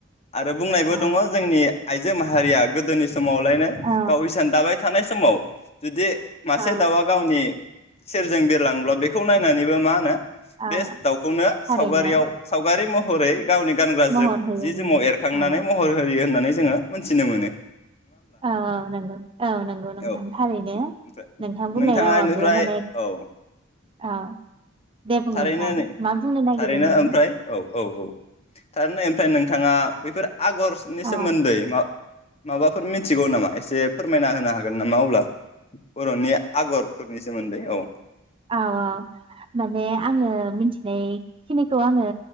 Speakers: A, on the left (about 30°); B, on the right (about 25°).
A: आरो बुंनायबो
B: औ
A: दङ जोंनि आइजो माहारिया गोदोनि समावलायनाय
B: औ
A: गाव हिसान दाबाय थानाय समाव जुदि मासे
B: औ
A: दावा गावनि सेरजों बिरलांब्ला बेखौ नायनानैबो मा होनो
B: औ
A: बेस दाउखौनो
B: थारैनो
A: सावगारियाव सावगारि महरै गावनि गानग्रा
B: महर
A: जोब
B: होयोमोन
A: जि जोमाव एरखांनानै
B: औ
A: महर होयो होन्नानै जोङो मोननथिनो मोनो।
B: औ औ नोंगौ औ नोंगौ नोंथां
A: औ
B: थारैनो।
A: ओमफ्राय
B: नोंथां बुंनाय
A: नोंथाङा
B: रावाबो
A: बेनिफ्राय
B: माने
A: औ
B: औ दे बुं
A: थारैनो
B: नोंथां
A: नै
B: मा बुंनो नागिरदोंमोन
A: थारैनो ओमफ्राय औ औ औ थारैनो ओमफ्राय नोंथाङा बेैफोर आगरसनि सोमोन्दै
B: औ
A: मा माबाफोर मिन्थिगौ नामा एसे फोरमायना होनो हागोन नामा अब्ला बरनि आगरफोरनि सोमोन्दै औ
B: आव आव माने आङो मिथिनायखिनिखौ आङो